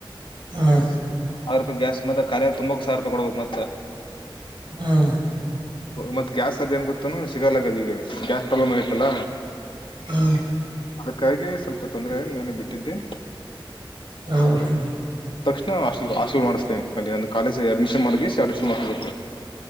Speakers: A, on the right; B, on the left.
A: ಹ್ಮು
B: ಅವ್ರ ರೂಪಾಯಿ ಗ್ಯಾಸ್ ಮತ್ತೆ ಖಾಲಿಯಾತು ತುಂಬಕ್ ಸಾವಿರ ರೂಪಾಯಿ ಕೊಡಬೇಕು ಮತ್ತೆ.
A: ಹ್ಮ ಹಾ
B: ಮತ್ ಗ್ಯಾಸ್ ಅದು ಹೆಂಗ್ ಗೊತ್ತುನು ಸಿಗಲ್ಲ ಗಲಿಜ ಗ್ಯಾಸ್ ಪ್ರಾಬ್ಲಮ್ ಆಗೈತಲ್ಲ.
A: ಹ್ಮ್
B: ಅದಕ್ಕಾಗಿ ಸ್ವಲ್ಪ ತೊಂದ್ರ ಆಗಿ ನಾನೇ ಬಿಟ್ಟಿದ್ದೆ.
A: ಹ್ಮುಹ್ಮೂ
B: ಹಲ್ ಮಾಡ್ತೇನೆ ಅಲ್ಲಿ ಒಂದು ಕಾಲೇಜು ಅಡ್ಮಿಷನ್ ಮಾಡ ಅ ಮಾಡು